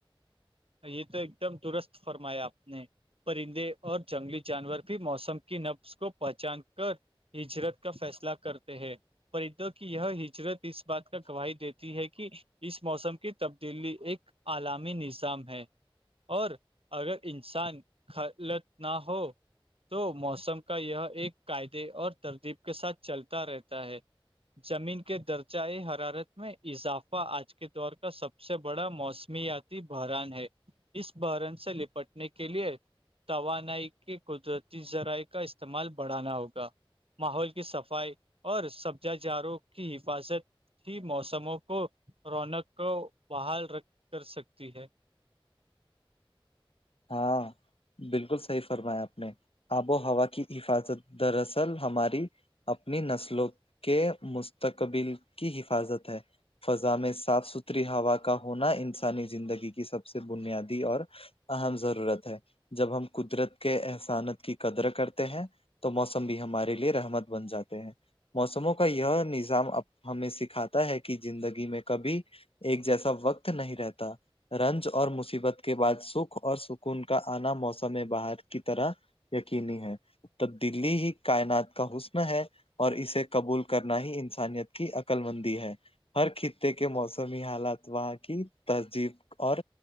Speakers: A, on the right; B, on the left.
A: یہ تو ایک دم درست فرمایا آپ نے پرندے اور جنگلی جانور بھی موسم کی نبس کو پہچان کر ہجرت کا فیصلہ کرتے ہیں پرندوں کی یہ ہجرت اس بات کا گواہی دیتی ہے کہ اس موسم کی تبدیلی ایک علامی نظ ہے اور اگر انسان خلط نہ ہو تو موسم کا یہ ایک قعدے اور ترتیب کے ساتھ چلتا رہتا ہے زمین کے درجۂ حرارت میں اضافہ آج کے دور کا سب سے بڑا موسمیاتی بحران ہے اس بحران سے لپٹنے کے لئے توانائی کہ قدرتی ذرائع کا استعمال بڑھانا ہوگا ماحول کی صفائی اور سبجا جاروں کی حفاظت ہی موسموں کو رونق کو بحال رکھ کر سکتی ہے
B: ہاں بالکل صحیح فرمایا آپ نے آب و ہوا کی حفاظت دراصل ہماری اپنی نسلوں کے مستقبل کی حفاظت ہے فضا میں صاف ستھری ہوا کا ہونا انسانی زندگی کی سب سے بنیادی اور اہم ضرورت ہے جب ہم قدرت کے احسانت کی قدر کرتے ہیں تو موسم بھی ہمارے لیے رحمت بن جاتے ہیں موسموں کا یہ نظام ہمیں سکھاتا ہے کہ زندگی میں کبھی ایک جیسا وقت نہیں رہتا رنج اور مصیبت کے بعد سوکھ اور سکون کا آنا موسم باہر کی طرح یقینی ہے تو دلی ہی کائنات کا حسن ہے اور اسے قبول کرنا ہی انسانیت کی عقل مندی ہے ہر خطے کے موسمی حالات وہاں کی تہذیب اور